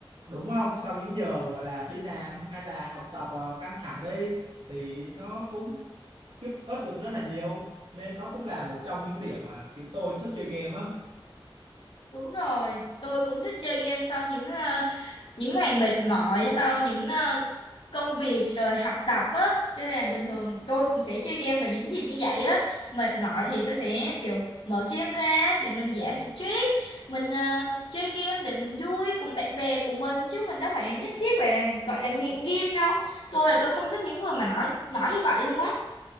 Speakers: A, on the right; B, on the left.
A: đúng không sau những giờ gọi là đi làm hay là học tập ờ, căng thẳng đi thì nó cũng giúp ích được rất là nhiều nên đó cũng là một trong những điểm mà khiến tôi thích chơi game á
B: Đúng rồi, tôi cũng thích chơi game sau những ờ, những ngày mệt mỏi sau những ờ, công việc rồi học tập á nên là bình thường tôi cũng sẽ chơi game vào những dịp như vậy á mệt mỏi thì tôi sẽ kiểu mở game ra để mình giải stress mình ờ, chơi game để mình vui cùng bạn bè của mình chứ mình đâu phải nhất thiết phải là gọi là nghiện game đâu tôi là tôi không thích những người mà nói nói như vậy luôn á